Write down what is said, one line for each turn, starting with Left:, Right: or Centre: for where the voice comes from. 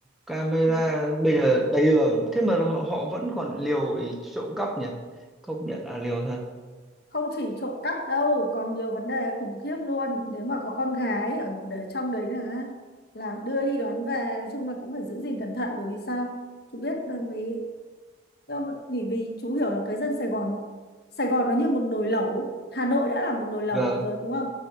Centre: camera
Left: Vậy
Centre: bây giờ đầy đường thế mà họ, họ vẫn còn liều để trộm cắp nhỉ công nhận là liều thật
Left: không chỉ trộm cắp đâu còn nhiều vấn đề khủng khiếp luôn nếu mà có con gái ở để trong đấy là là đưa đi đón về nói chung là cũng phải giữ gìn cẩn thận bởi vì sao chú biết là mấy do- vì vì chú hiểu là cái dân Sài Gòn không? Sài Gòn nó như một nồi lẩu ấy. Hà Nội đã là một nồi lẩu
Centre: vâng
Left: rồi đúng không